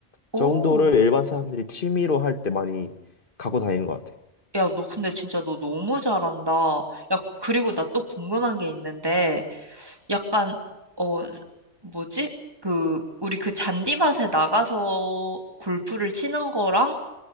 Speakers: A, on the right (about 20°); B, on the left (about 50°).
A: 오.
B: 정도를 일반 사람들이 취미로 할 때 많이 갖고 다니는 것 같아.
A: 야, 너 근데 진짜 너 너무 잘한다. 야, 그리고 나 또 궁금한 게 있는데, 약간, 어, 뭐지? 그, 우리 그 잔디밭에 나가서 골프를 치는 거랑